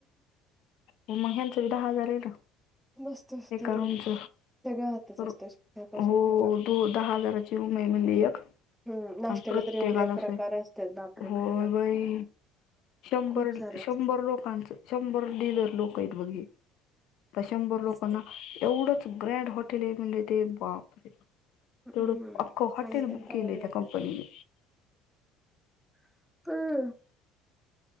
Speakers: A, on the left; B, in the centre.
A: हो मग ह्यांच ही दहा हजार हाय ना?
B: मस्त असतं
A: एका
B: रूम
A: रूमच
B: सगळं हातच
A: रु
B: असतं सकाळपासून
A: हो
B: सगळं
A: दो दहा हजाराची रूम आहे म्हणे एक
B: हम्म नाश्त्याला
A: प्रत्येकाला
B: तर एवढे प्रकार
A: असं हाय
B: असतात बापरे
A: होय
B: भयानक
A: बाई. शंभर,
B: खूप सारे असतात
A: शंभर लोकांचं. शंभर डिलर लोकयत बघ ही. आता शंभर लोकांना,
B: असते
A: एवढंच ग्रँड हॉटेलय म्हणले ते. बापर!
B: हम्म
A: तेवढं, आखो हॉटेल
B: आम्ही पण
A: बुक
B: तेव्हा
A: केलयं,
B: गेलतो
A: त्या कंपनीने.
B: <unintelligible>